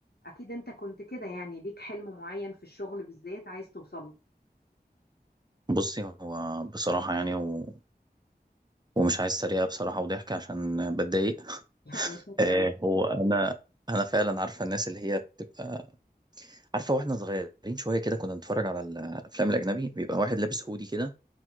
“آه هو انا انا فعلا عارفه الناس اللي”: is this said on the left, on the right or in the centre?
Right